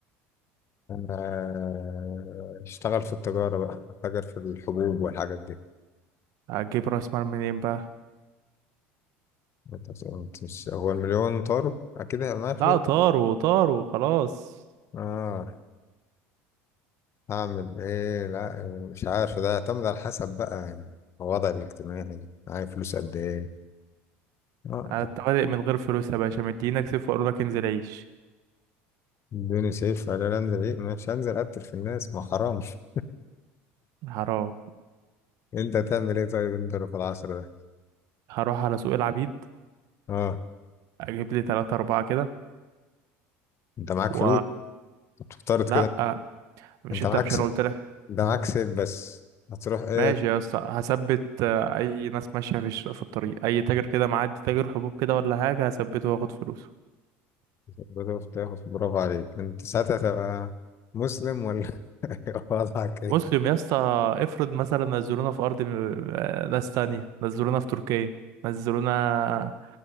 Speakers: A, on the left (about 45°); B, on the right (about 65°).
A: آه، اشتغل في التجارة بقى اتاجر في الحبوب والحاجات دي
B: هتجيب راس مال منين بقى
A: انت- انت مش- هو المليون طاروا اكيد هيبقى معايا فلوس
B: لا طاروا طاروا خلاص
A: اه هعمل ايه لا مش عارف ده يعتمد على حسب بقى يعني الوضع الاجتماعي معايا فلوس قد ايه اه
B: انت بادئ من غير فلوس يا باشا مدينك سيف وقالوا لك انزل عيش
A: الدنيا شايف انا لا انزل ايه مش هنزل اقتل في الناس ما حرامش
B: حرام
A: انت هتعمل ايه طيب انت لو في العصر ده
B: هروح على سوق العبيد
A: اه
B: اجيب لي 3 4 كده
A: انت معاك
B: و
A: فلوس بتفترض
B: لا
A: كده
B: مش
A: انت
B: انت
A: معاك
B: مش
A: س...
B: انا قلت لك
A: انت معاك سيف بس هتروح ايه
B: ماشي يا اسطى هثبت آه، اي ناس ماشيه في الش- في الطريق اي تاجر كده معدي تاجر حبوب كده ولا حاجه هثبته واخد فلوسه
A: بتروح تاخد برافو عليك انت ساعتها تبقى مسلم ولا <laughs> وضعك ايه
B: مسلم يا اسطى افرض مثلا نزلونا في ارض م- آه، ناس تانية نزلونا في تركيا نزلونا